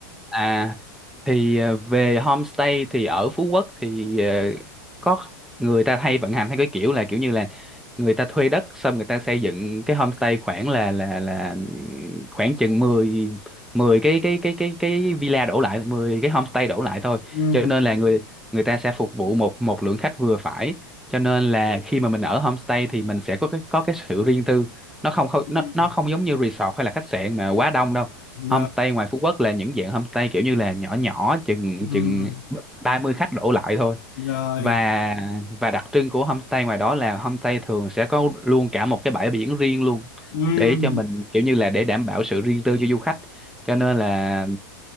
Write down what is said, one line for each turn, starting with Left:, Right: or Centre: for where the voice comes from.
Centre: à thì ờ, về homestay thì ở Phú Quốc thì ờ, có người ta hay vận hành theo cái kiểu là kiểu như là người ta thuê đất xong người ta xây dựng cái homestay khoảng là là là ừm, khoảng chừng mười mười cái cái cái cái cái villa đổ lại 10 cái homestay đổ lại thôi
Left: Ừm,
Centre: cho nên là người người ta sẽ phục vụ một một lượng khách vừa phải cho nên là khi mà mình ở homestay thì mình sẽ có cái có cái sự riêng tư nó không không-
Left: ừm,
Centre: nó nó không giống như resort hay là khách sạn mà quá đông đâu
Left: Rồi.
Centre: homestay ngoài Phú Quốc là những dạng homestay kiểu như là nhỏ nhỏ chừng
Left: ừm,
Centre: chừng 30 khách đổ lại thôi
Left: Rồi.
Centre: và và đặc trưng của homestay ngoài đó là homestay thường sẽ có luôn cả một cái bãi biển riêng luôn
Left: ừ.
Centre: để cho mình kiểu như là để đảm bảo sự riêng tư cho du khách cho nên là